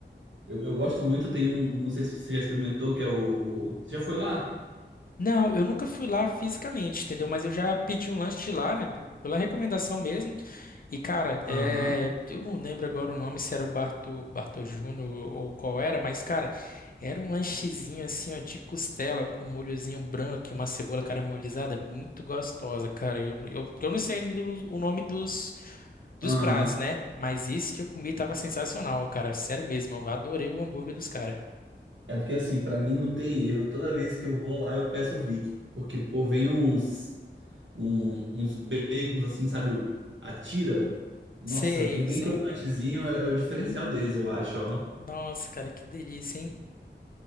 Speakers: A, on the right (about 85°); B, on the left (about 50°).
A: eu, eu gosto muito, tem um, não sei se você já experimentou, que é o, o- Você já foi lá?
B: Não, eu nunca fui lá fisicamente, entendeu? Mas eu já pedi um lanche de lá, né? pô, Pela recomendação mesmo. E, cara,
A: Aham,
B: é, eu não lembro agora o nome, se era o Bartô, Bartô Júnior ou qual era, mas, cara, era um lanchezinho assim, ó, de costela com um molhozinho branco e uma cebola caramelizada, muito gostosa, cara. Eu, eu, eu não sei ainda o o nome dos, dos
A: aham.
B: pratos, né? Mas esse que eu comi tava sensacional, cara. Sério mesmo, eu adorei o hambúrguer dos caras.
A: É porque assim, pra mim não tem erro, toda vez que eu vou lá eu peço o Vic, porque pô, vem uns, um- uns bacons assim, sabe, o- a tira, nossa,
B: Sei,
A: vem bem
B: sei.
A: crocantezinho, é, é o diferencial
B: Hum.
A: deles, eu acho, ó.
B: Nossa, cara, que delícia, hein?